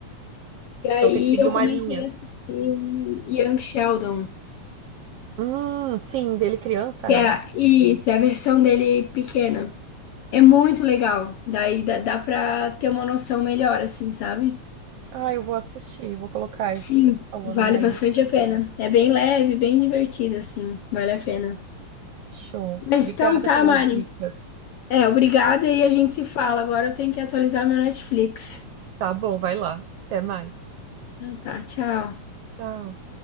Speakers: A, on the left; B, on the right.
A: E aí
B: Então tem que seguir
A: eu
B: uma
A: comecei
B: linha.
A: a assistir Young Sheldon,
B: Hum, sim, dele criança,
A: que
B: né?
A: é isso, é a versão dele pequena. É muito legal. Daí dá, dá pra ter uma noção melhor, assim, sabe?
B: Ah, eu vou assistir, vou colocar
A: Sim,
B: isso que tu falou
A: vale
B: na minha
A: bastante
B: lista.
A: a pena. É bem leve, bem divertido, assim. Vale a pena.
B: Show.
A: Mas
B: Obrigada
A: então tá,
B: pelas
A: Mari.
B: dicas.
A: É, obrigada e a gente se fala. Agora eu tenho que atualizar meu Netflix.
B: Tá bom, vai lá. Até mais.
A: Então tá, tchau.
B: Tchau.